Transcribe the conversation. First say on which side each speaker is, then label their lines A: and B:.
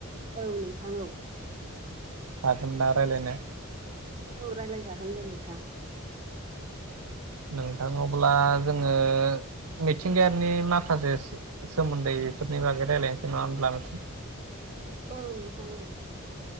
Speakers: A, on the right; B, on the right.
A: औ नोंथां औ
B: हागोन दा रायलायनो
A: औ रायलाय जागोन दे नोंथां
B: नोंथांनाव अब्ला जोङो मिथिंगायारिनि माखासे सोमोन्दै बेफोरनि बागै रायज्लायनोसै नङा होनब्ला नोंथां
A: औ नोंथां औ